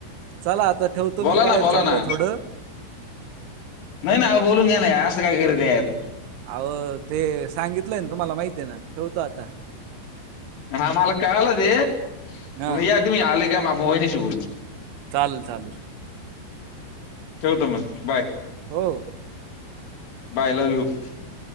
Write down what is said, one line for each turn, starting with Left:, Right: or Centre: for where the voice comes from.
Right: चला आता ठेवतो
Left: बोला
Right: मी,
Left: ना
Right: बाहेर
Left: बोला
Right: चाललोय
Left: ना
Right: थोडं,
Left: नाही ना बोलून घ्या ना, नाही असं काय करत यार,
Right: अहो ते सांगितलंय ना तुम्हाला माहिती आहे, ना ठेवतो आता.
Left: हा मला कळलं ते,
Right: हां,
Left: पण या तुम्ही आले काय मा वहिणीशी बोलू,
Right: चालेल, चालेल,
Left: ठेवतो मग बाय,
Right: हो.
Left: बाय <unintelligible>